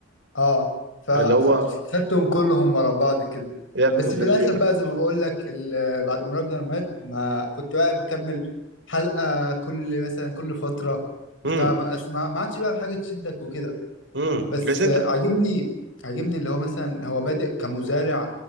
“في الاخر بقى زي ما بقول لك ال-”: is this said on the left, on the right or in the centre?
Left